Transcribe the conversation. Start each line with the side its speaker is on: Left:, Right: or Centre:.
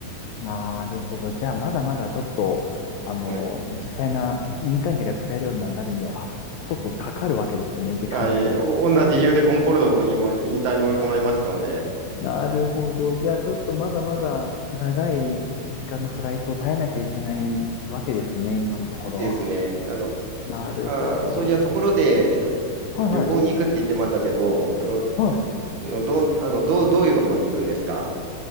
Left: なるほど。じゃあ、まだまだちょっと、あの、
Right: はい。
Left: 実際な民間人が使えるようになるには、ちょっとかかるわけですね、時間が。
Right: はい。お同じ理由でコンコルドも今も引退に追い込まれましたので、
Left: なるほど。じゃあ、ちょっとまだまだ長い時間のフライトを耐えなきゃいけないわけですね、今のところ。
Right: ですね。あの、
Left: なるほど。
Right: あー、そういやところで、えっと、
Left: はいはい。
Right: 旅行に行くって言ってましたけど、あの、
Left: はい。
Right: あのどう、あの、どう、どういうところに行くんですか